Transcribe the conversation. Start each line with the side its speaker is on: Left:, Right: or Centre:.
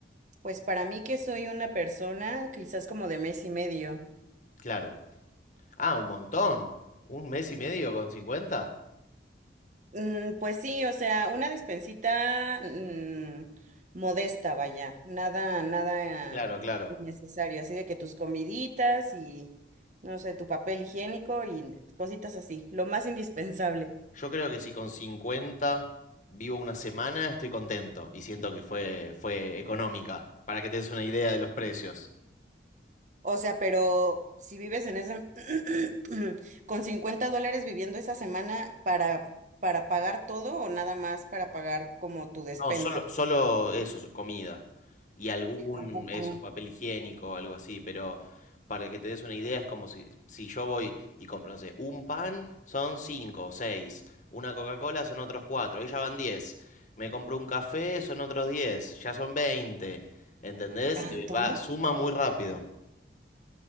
Right: Pues para mí que soy una persona quizás como de mes y medio.
Left: claro. Ah, un montón. ¿Un mes y medio con 50?
Right: Mm, pues sí, o sea, una despensita mm, modesta, vaya, nada, nada
Left: Claro, claro.
Right: innecesario, así de que tus comiditas y, no sé, tu papel higiénico y cositas así, lo más indispensable.
Left: Yo creo que si con 50 vivo una semana, estoy contento y siento que fue, fue económica, para que te des una idea de los precios.
Right: O sea, pero si vives en ese, <clears throat> con 50 dólares viviendo esa semana para, para pagar todo o nada más para pagar como tu despensa.
Left: No, solo, solo eso, su- comida. Y algún,
Right: ¿A poco?
Left: eso, papel higiénico, algo así. Pero para que te des una idea, es como si, si yo voy y compro, no sé, un pan son cinco o seis. Una Coca-Cola son otros cuatro. Ahí ya van diez. Me compro un café, son otros diez. Ya son veinte. ¿Entendés?
Right: ¿Tanto?
Left: Eh, va, suma muy rápido.